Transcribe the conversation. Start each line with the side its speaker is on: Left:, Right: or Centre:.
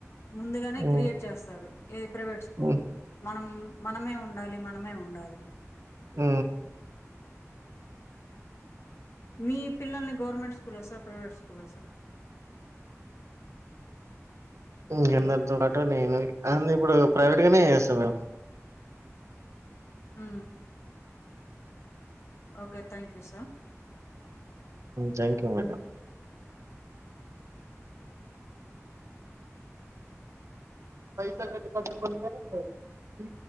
Left: ముందుగానే
Right: ఉమ్
Left: క్రియేట్ చేస్తారు ఏది ప్రైవేట్ స్కూల్
Right: ఉమ్
Left: లో మనం మనమే ఉండాలి మన మనమే ఉండాలి
Right: ఆ
Left: మీ పిల్లల్ని గవర్నమెంట్ స్కూల్ ఆ సార్ ప్రైవేట్ స్కూల్ ఆ సార్
Right: ఇ
Left: హలో
Right: అందరితో పాటు నేను అ ఇప్పుడు ప్రైవేట్ గానే చేస్తాం మేము
Left: ఆ okay thank you sir
Right: thank you madam పైసా కట్ కట్టుకుంట ఫీ